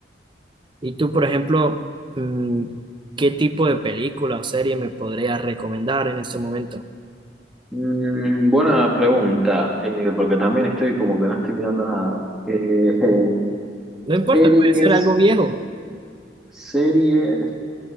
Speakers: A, on the right; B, in the centre.
A: Y tú, por ejemplo, mm, ¿qué tipo de película o serie me podrías recomendar en este momento?
B: Mm, buena pregunta, eh, porque también estoy como que no estoy mirando nada. Eh, <laughs>
A: No importa,
B: series,
A: puede ser algo viejo.
B: series,